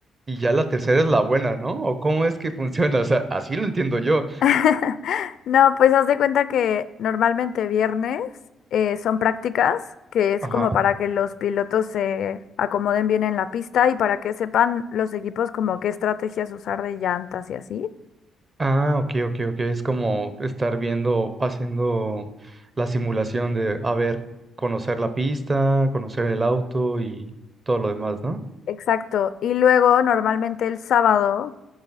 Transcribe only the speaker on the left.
<laughs> No, pues haz de cuenta que normalmente viernes eh, son prácticas, que es
como para que los pilotos se acomoden bien en la pista y para que sepan los equipos como qué estrategias usar de llantas y así.
Exacto. Y luego normalmente el sábado